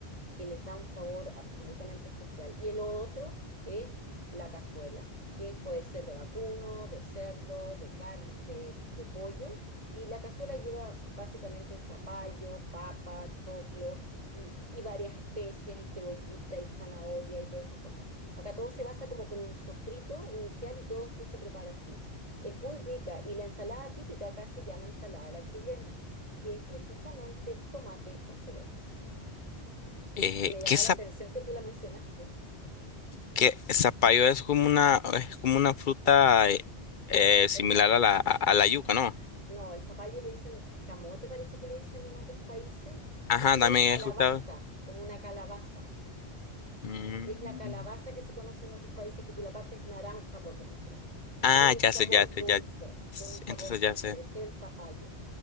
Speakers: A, on the right; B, on the left.
A: que les da un sabor absolutamente especial. Y el otro es la cazuela, que puede ser de vacuno, de cerdo, de car- de, de pollo. Y la cazuela lleva básicamente zapallo, papa, choclo y, y varias especias y cebollita y zanahoria y todas esas cosas. Acá todo se basa como con un sofrito inicial y todo después se prepara así. Es muy rica y la ensalada típica acá se llama ensalada a la chilena, que es precisamente tomate con cebolla.
B: Eh,
A: Me llamó
B: ¿qué
A: la atención que tú la mencionaste.
B: Que zapallo es como una, es como una fruta eh, eh,
A: No,
B: similar
A: el, zap-
B: a la, a, a la yuca, ¿no?
A: no, el zapallo le dicen camote, parece que le dicen en otros países.
B: Ajá,
A: Es como
B: también
A: una calabaza,
B: he escuchado.
A: como una calabaza.
B: Mm.
A: Es la calabaza que se conoce en otros países, que tú la partes naranja por dentro.
B: Ah,
A: Tiene un sabor
B: ya sé, ya sé,
A: dulce,
B: ya.
A: tiene un sabor
B: Entonces
A: dulce.
B: ya sé.
A: Este es el zapallo.